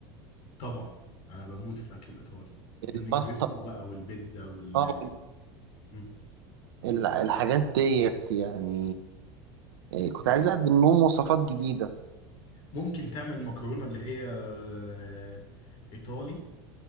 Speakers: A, on the left; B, on the right.
A: طبعا انا بموت في الاكل الايطالي النجريسكو
B: الباستا
A: بقى والبيتزا وال
B: اه وال-
A: مم.
B: ال- الحاجات ديت يعني إيه، كنت عايز اقدم لهم وصفات جديده
A: ممكن تعمل مكرونه اللي هي آه، ايطالي